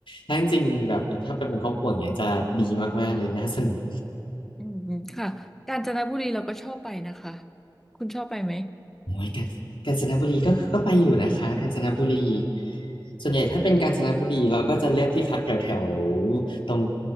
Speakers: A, on the left; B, in the centre.
A: ถ้าจริงๆแบบเออถ้าไปเป็นครอบครัวอย่างเงี้ยจะดีมากๆเลยน่าสนุก
B: อืมอืมค่ะกาญจนบุรีเราก็ชอบไปนะคะ คุณชอบไปไหม
A: โอ้ยกาญกาญจนบุรีก็ก็ไปอยู่นะคะกาญจนบุรีส่วนใหญ่ถ้าเป็นกาญจนบุรีเราก็จะเลือกที่พักแถวแถวตรง